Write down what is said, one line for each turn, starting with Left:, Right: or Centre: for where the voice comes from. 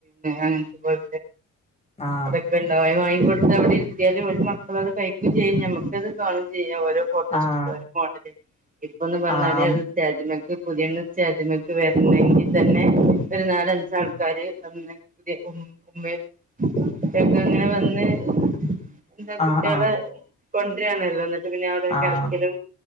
Right: അനത്തെ പോെ
Left: ആഹ്
Right: അതൊക്കെണ്ട ഇടുത്ത് അവിടെ ഇത്തിയാലല് ഒരു മക്കളൾ അത് കഴിക്കുക ചെയ്യും നമുക്കത് കാണും ചെയ്യാലെ
Left: ആഹ്
Right: ട്ട മോഡല് ഇപ്പൊന്ന് പറഞ്ഞാല്
Left: ആഹ്
Right: അത് ാജമക്ക് പുതിയണ് ചേദ്യമക്കെ വരണമെങ്കിൽ തന്നെ ഒരു നാലഞ്ച ആൾക്കാാര്ന്ന് പുതിയ ഉമ്മ ക്കെ അങ്ങനെ വന്ന് എന്താ കുട്ടികളെ
Left: ആഹ് ആഹ്
Right: കൊണ്ടുവരിണല്ലോിട്ട് പിന്നെ അവിടെ ഒരു
Left: ആഹ്
Right: കറക്കലും